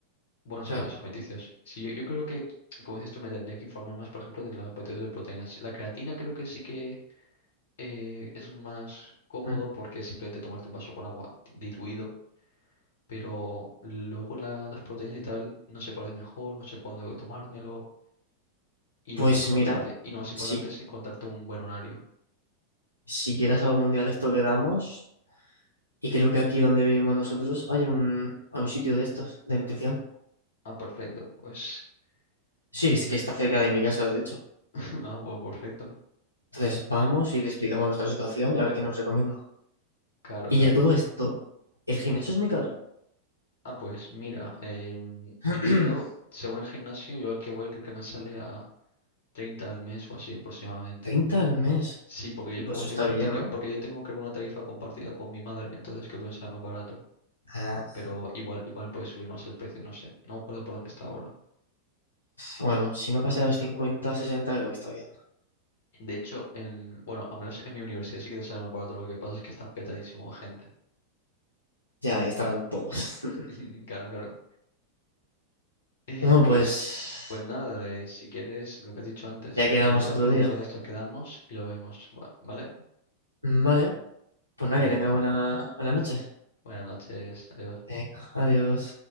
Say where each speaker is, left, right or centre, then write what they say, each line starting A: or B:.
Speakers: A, on the left; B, on the left.
A: buenos
B: Claro.
A: hábitos alimenticios. Sí, yo, yo creo que, como dices tú, me tendría que informar más, por ejemplo, de los botellas de proteínas. La creatina creo que sí que eh, es más cómodo
B: Mm.
A: porque es simplemente tomarte un vaso con agua di- diluido. Pero luego la- las proteínas y tal, no sé cuál es mejor, no sé cuándo tomármelo. Y
B: Pues
A: lo más importante,
B: mira,
A: y lo más importante
B: si,
A: es encontrarte un buen horario.
B: si quieras algún día de esto quedamos, y creo que aquí donde vivimos nosotros hay un, hay un sitio de estos, de nutrición.
A: Ah, perfecto. Pues,
B: Sí,
A: eh,
B: es que está cerca de mi casa, de hecho.
A: <laughs> ah, pues perfecto.
B: Entonces vamos y le explicamos nuestra situación y a ver qué nos recomienda.
A: Claro,
B: Y
A: claro.
B: a todo esto, ¿el gimnasio es muy caro?
A: Ah, pues mira, em,
B: <clears throat>
A: creo, según el gimnasio, yo al que voy creo que me sale a 30 al mes o así aproximadamente.
B: treinta al mes.
A: Sí, porque yo
B: Pues
A: como tengo,
B: está bien,
A: te- yo-
B: ¿no?
A: porque yo tengo creo una tarifa compartida con mi madre, entonces creo que me sale más barato.
B: Ah,
A: Pero igual, igual puede subir más el precio, no sé. No me acuerdo por dónde está ahora.
B: bueno, si no pasa de los 50, 60, creo que está bien.
A: De hecho, en, bueno, al menos en mi universidad sí que te sale más barato, lo que pasa es que está petadísimo de gente.
B: Ya ahí estarán todos.
A: <laughs>
B: <laughs>
A: Claro, claro. Eh,
B: Bueno,
A: pues,
B: pues
A: pues nada, de, si quieres lo que has dicho antes,
B: ya quedamos
A: eh, a
B: otro
A: un-
B: día.
A: algo de estos quedamos y lo vemos. Bueno, ¿vale?
B: Vale, pues nada,
A: Venga.
B: que tenga buena, buena noche.
A: Buenas noches. Adiós.
B: Venga, adiós.